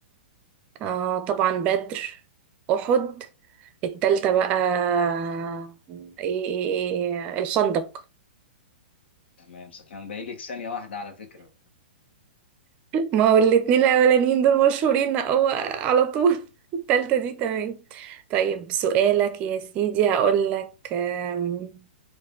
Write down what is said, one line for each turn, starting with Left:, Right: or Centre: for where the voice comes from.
Right: <laughs> آه طبعا بدر أحد التالتة بقى آه، إيه إيه- إيه، الخندق
Left: تمام س- كان باقي لك ثانيه واحده على فكره
Right: ما هو الاتنين الاولانيين دول مشهورين هو على طول <laughs> التالتة دي تمام طيب سؤالك يا سيدي هقولك آم،